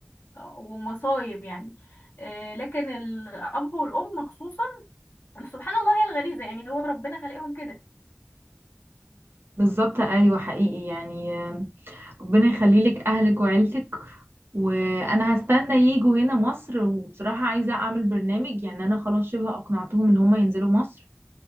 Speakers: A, on the left; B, on the right.
A: ومصايب يعني آه، لكن الاب والام خصوصا سبحان الله هي الغريزة يعني هو ربنا خلقهم كده
B: بالظبط أيوة حقيقي يعني آم، ربنا يخليلك أهلك وعيلتك وأنا هستنى ييجوا هنا مصر وبصراحة عايزة أعمل برنامج يعني أنا خلاص شبه أقنعتهم إن هما ينزلوا مصر